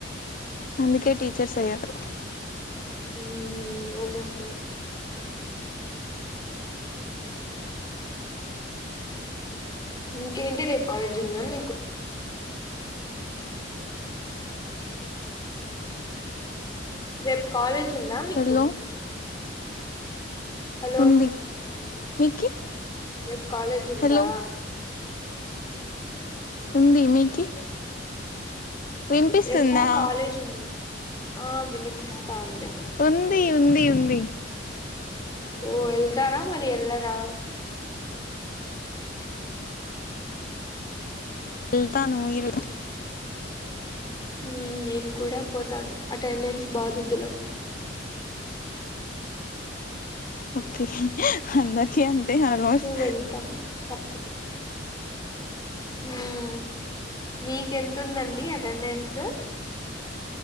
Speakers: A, on the left; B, on the left.
A: అందుకే టీచర్స్ అయ్యారు
B: ఊమ్ అవున్ అస్సలు ఇంకేంటి రేపు ఆలేజ్ ఉందా మీకు రేప్ కాలేజ్ ఉందా మీకు
A: హలో
B: హలో
A: ఉంది మీకి
B: రేప్ కాలేజ్ ఉందా
A: హలో ఉంది మీకి వినిపిస్తుందా
B: రేపూ కాలేజ్ ఉంది ఆ వినిపిస్తా ఉంది
A: ఉంది ఉంది ఉంది
B: ఓ ఎళ్తారా మరి ఎళ్ళరా
A: ఎళ్తాను ఇల్
B: ఊమ్ నేను కూడా పోతాను అటెండెన్స్ బాధితులము
A: ఒకె అందరికీ అంతే ఆల్మోస్ట్
B: సో వెళ్తాం తప్పదు ఊమ్ మీకెంతుందండి అ టన్నన్స్